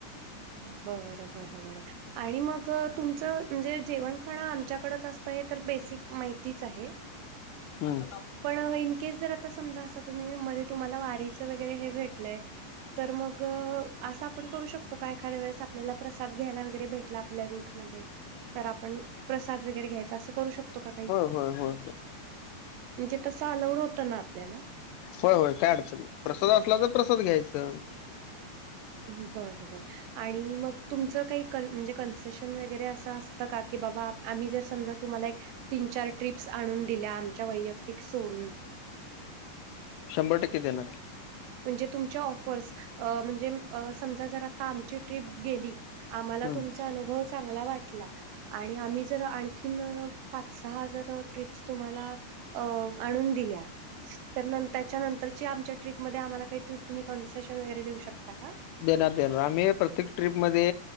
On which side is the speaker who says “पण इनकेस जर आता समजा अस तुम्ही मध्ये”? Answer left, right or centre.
Right